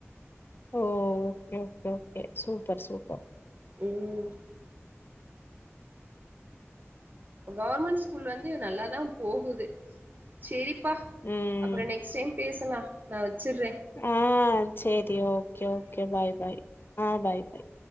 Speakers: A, on the left (about 45°); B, on the right (about 45°).
A: ஓ okay okay okay super super
B: ம் கவர்மெண்ட் ஸ்கூல் வந்து நல்லாதா போகுது செரிப்பா
A: ம்
B: அப்றோ நெக்ஸ்ட் டைம் பேசலா நா வெச்சுர்றே
A: ஆ செரி ஓகே ஓகே பாய் பாய் ஆ பாய் பாய்